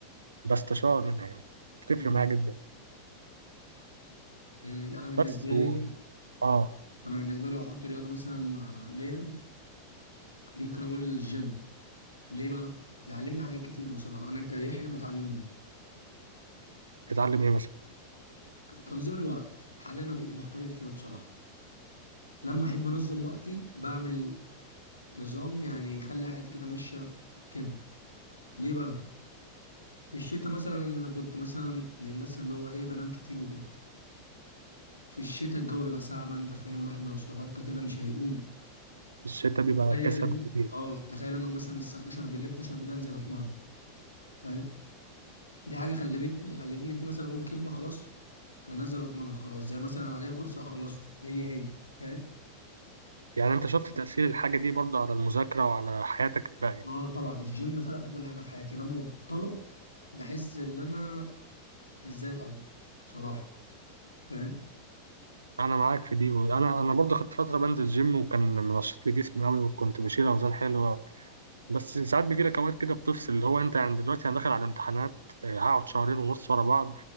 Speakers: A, on the right; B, on the left.
A: وبستشار منها يعني بتفرق
B: مم.
A: معايا جدا
B: مم، انا بالنسبة
A: بس
B: لي
A: و آه
B: انا بالنسبة لي لو احط رياضة مثلا آه، ليا ممكن اقول الجيم ليه بقى بيعلمني حاجات كتير بصراحة انا كيحيى بتعلم منه
A: بتتعلم إيه مثلا
B: تنظيم الوقت حاجة انا بقيت محترف فيها بصراحة لما احب انظم وقتي بعمل نظام يعني يخلي حياتي كده ماشية كده ليه بقى في الشتاء مثلا انا كنت مثلا من الناس اللي هو ايه بنام كتير وكده في الشتاء الجو بيبقى ساقع بقى انت فاهم الواحد لو استغطى كده مش هيقوم
A: الشتا بيبقى
B: تخيل
A: كسل
B: إن-
A: كبير
B: اه تخيل انا اقوم مثلا الساعه 11 بالليل 12 بالليل انزل اتمرن فاهم دي حاجه خلتني خلتني مثلا اقول كلمه خلاص انا نازل اتمرن خلاص زي مثلا عليا كورس اخلصه هي هي فاهم
A: يعني أنت شفت تأثير الحاجة دي برضه على المذاكرة وعلى حياتك الباقية
B: اه طبعا الجيم فرق في كل حاجه في حياتي لما ببطله بحس ان انا مش زي الاول بصراحه فاهم
A: انا معاك في دي انا انا برضه خدت فتره بنزل جيم وكان منشط لي جسمي قوي وكنت بشيل اوزان حلوه بس ساعات بيجي لك اوقات كده بتفصل اللي هو انت يعني دلوقتي انا داخل على امتحانات آه، هقعد شهرين ونص ورا بعض